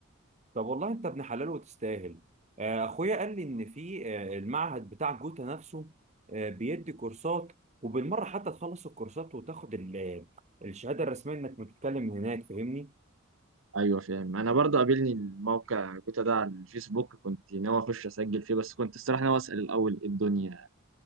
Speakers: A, on the right; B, on the right.
A: طب والله انت ابن حلال وتستاهل آه، اخويا قال لي ان في آه، المعهد بتاع جوتا نفسه آه، بيدي كورسات وبالمره حتى تخلص الكورسات وتاخد ال- آه، الشهاده الرسميه انك بتتكلم هناك فاهمني
B: ايوه فاهم انا برضو قابلني الموقع جوتا ده على الفيسبوك كنت ناوي اخش اسجل فيه بس كنت الصراحه ناوي اسال الاول ايه الدنيا